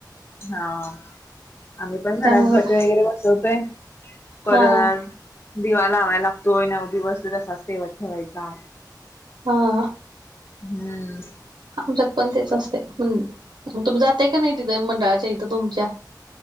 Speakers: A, on the left; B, on the right.
A: हां... आम्ही पण
B: त्यामुळं
A: घरात घट वगैरे बसवतोय. परत
B: हा
A: दिवा लावाय लागतोय, नऊ दिवस तसाच तेवत ठेवायचा.
B: हा.
A: हम्म.
B: आमच्यात पण तेच
A: क-
B: असते, तुम्ही जाताय कणी तिथे मंडळाच्या इथं तुमच्या.